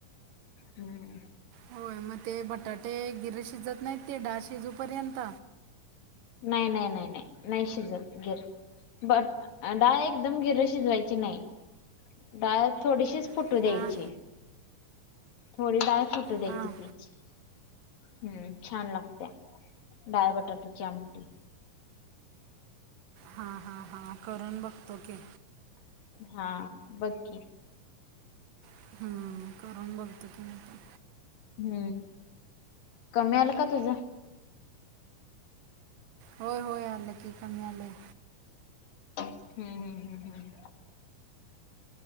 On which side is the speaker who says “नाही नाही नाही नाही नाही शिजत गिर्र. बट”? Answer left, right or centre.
Left